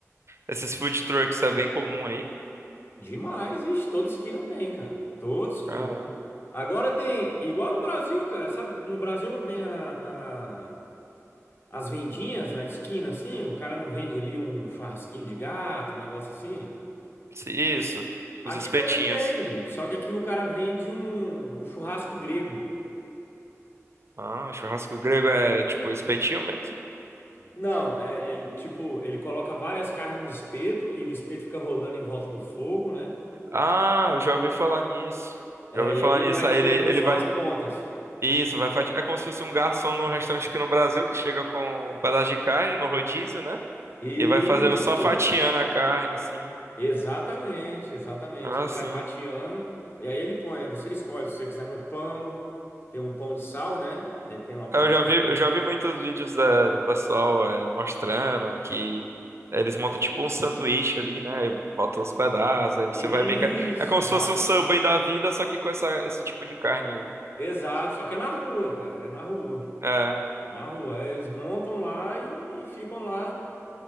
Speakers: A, on the right (about 55°); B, on the left (about 45°).
A: Esses food trucks é bem comum aí?
B: Demais, vixe, toda esquina tem, cara. Toda esquina.
A: Caramba.
B: Agora tem, igual no Brasil, cara, sabe? No Brasil não tem a, a- as vendinhas na esquina, assim? O cara não vende ali um churrasquinho de gato, um negócio assim?
A: Isso, isso.
B: Aqui
A: os espetinhos.
B: também tem, só que aqui o cara vende um, um churrasco grego.
A: Ah, churrasco grego é tipo espetinho mesmo?
B: Não, é, ele, tipo, ele coloca várias carnes no espeto e o espeto fica rodando em volta do fogo, né?
A: Ah, eu já ouvi falar nisso.
B: É,
A: Já ouvi
B: e
A: falar
B: aí ele
A: nisso.
B: vai
A: Aí
B: tirando
A: ele, ele
B: só
A: vai.
B: as pontas.
A: Isso, vai fati... É como se fosse um garçom no restaurante aqui no Brasil que chega com um pedaço de carne no rodízio, né?
B: Isso,
A: E vai fazendo só fatiando a carne, assim.
B: exatamente, exatamente.
A: Ah,
B: Ele
A: sim.
B: vai fatiando e aí ele põe. Você escolhe se você quiser no pão, tem um pão de sal, né? Ele tem lá o pão
A: Eu
B: de
A: já
B: sal
A: vi,
B: dele.
A: eu já vi muitos vídeos da- do pessoal é, mostrando que eles montam tipo um sanduíche ali, né? E Botam os pedaços, aí você
B: Isso,
A: vai meio que. É como
B: exatamente.
A: se fosse um Subway da vida, só que com essa, esse tipo de carne.
B: Exato, só que é na rua, cara, é na rua.
A: É,
B: É na rua. Aí Eles montam lá e, e ficam lá.